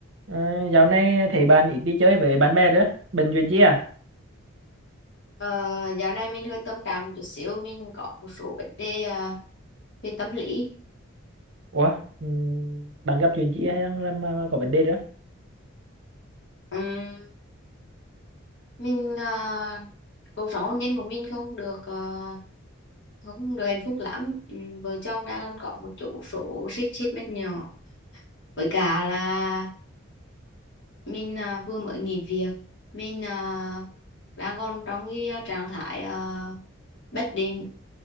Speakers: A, on the right; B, on the left.
A: Ờ, dạo này thấy bạn ít đi chơi với bạn bè nữa. Bệnh chuyện chi à?
B: Ờ, dạo này mình hơi tâm trạng một chút xíu mình có một số vấn đề ờ, về tâm lý
A: Ủa, ừ, bạn gặp chuyện chi hay đang làm- mà, mà có vấn đề nữa?
B: Ừm, mình ờ, cuộc sống hôn nhân của mình không được ờ, không được hạnh phúc lắm Ừm, vợ chồng đang có một chỗ số xích xích mét nhỏ với cả là mình ờ, vừa mới nghỉ việc mình ờ, đang còn trong cái ờ, trạng thái ờ, bất định